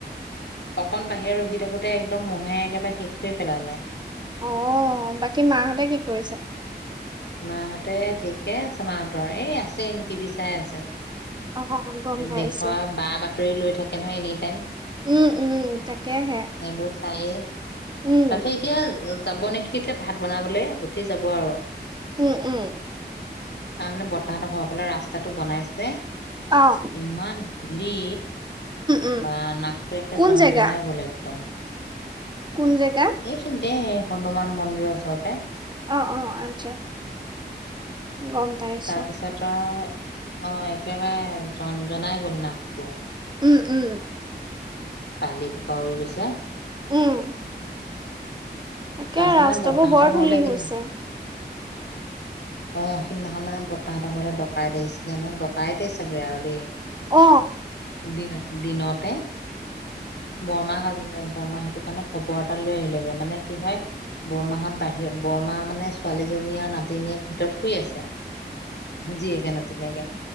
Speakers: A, on the left; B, on the right.
A: অকণ বাহিৰৰে ৰখি থাকোতে একদম মহে একেবাৰে শেষ কৰি পেলালে?
B: অ বাকী মাহঁতে কি কৰিছে?
A: মাহতে ঠিকে আছে, মাহতৰ এই আছেই এনে টিভি চাই আছে।
B: অ অ অ গম পাইছো
A: দেশৰ বা বাতৰি লৈ থাকে নহয়, এনি টাইম।
B: উম উম তাকেহে।
A: এইবোৰ চাইয়ে তাৰপিছত
B: উম
A: এতিয়া? যাব নেকি এতিয়া ভাত বনাবলৈ উঠি যাব আৰু?
B: উম, উম।
A: তাৰ মানে বৰতাহঁতৰ ঘৰৰ ফালে ৰাস্তাটো বনাইছে।
B: অহ।
A: ইমান ধূলি
B: উম
A: বা, নাকটো একে
B: কোন
A: জন
B: জেগা
A: জনাই গ'ল একদম।
B: কোন জেগা?
A: এইখিনিতে হনুমান মন্দিৰৰ ওচৰতে?
B: অ, অ আচ্ছা গম? পাইছো
A: তাৰপিছত আও অ একেবাৰে জন জনাই গল নাকটো।
B: উম, উম।
A: বালি সোপা উৰি গৈছে।
B: উম, তাকে
A: তাৰছে
B: ৰাস্তাবোৰ
A: মানে বৰ্তাহতঁৰ
B: বৰ ধূলি
A: ঘৰলে কিন
B: হৈছে
A: নে। অ সিদিনাখন মানে বৰ্তাহতঁৰ ঘৰলে ডকাইত আহিছিলে, নে ডকাইতে চাগে আৰু দেই?
B: অ,
A: দিন, দিনতে। বৰমা বৰমা সেইটো কাৰণে খবৰ এটা লৈ আহিলগৈ মানে কি হয়। বৰমাহঁত বাহিৰত বৰমাৰ মানে ছোৱালীজনী আৰু নাতিনীয়েক ভিতৰত শুই আছে। জীয়েকে নতিনীয়াকে